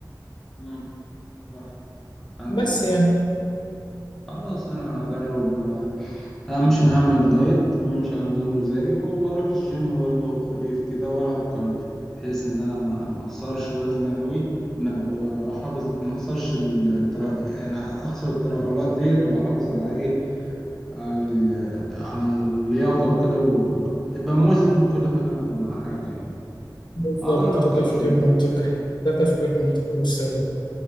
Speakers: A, in the centre; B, on the left.
A: مم. صح عندك
B: بس
A: حق
B: يعني
A: خلاص انا هجرب آه، امشي اعمل دايت وامشي على نظام غذائي و- واروح الجيم برضه خفيف كده والعب كارديو بحيث ان انا ما ما اخسرش وزني قوي ما و- واحافظ ما اخسرش التر... يعني اخسر الترهلات ديت واحافظ على ايه على ال... على اللياقه وكده وابقى موازن من كل حاجه مع حاجه يعني
B: بالظبط
A: اجرب
B: ده تفكير
A: كده واشوف
B: منطقي ده تفكير منطقي وسليم